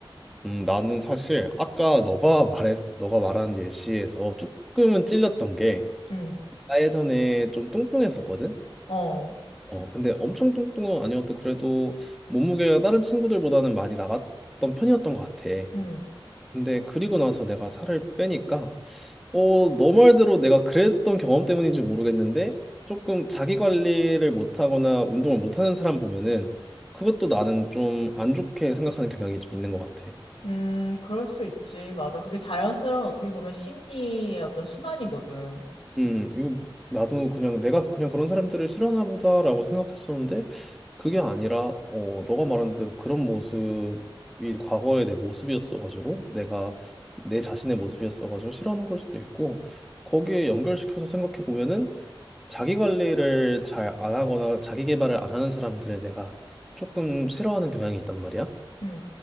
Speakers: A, in the centre; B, on the left.
A: 음, 나는 사실 아까 너가 말했, 너가 말한 예시에서 조금은 찔렸던 게,
B: 응,
A: 나 예전에 좀 뚱뚱했었거든?
B: 어,
A: 어, 근데 엄청 뚱뚱은 아니어도 그래도 몸무게가 다른 친구들보다는 많이 나갔던 편이었던 것 같아.
B: 응.
A: 근데 그리고 나서 내가 살을 빼니까, 어, 너 말대로 내가 그랬던 경험 때문인지 모르겠는데, 조금 자기 관리를 못하거나 운동을 못하는 사람 보면은, 그것도 나는 좀 안 좋게 생각하는 경향이 좀 있는 것 같아.
B: 음, 그럴 수 있지. 맞아. 그게 자연스러운 어떻게 보면 심리의 어떤 순환이거든.
A: 음, 이거 나도 그냥 내가 그냥 그런 사람들을 싫어하나 보다라고 생각했었는데 그게 아니라 어 너가 말한 대로 그런 모습이 과거의 내 모습이었어가지고 내가 내 자신의 모습이었어가지고 싫어하는 걸 수도 있고 거기에 연결시켜서 생각해 보면은 자기 관리를 잘 안 하거나 자기 개발을 안 하는 사람들을 내가 조금 싫어하는 경향이 있단 말이야.
B: 응,